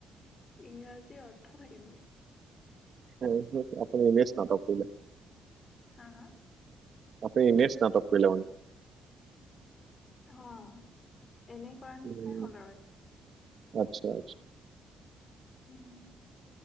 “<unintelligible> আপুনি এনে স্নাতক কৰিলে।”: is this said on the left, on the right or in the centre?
Right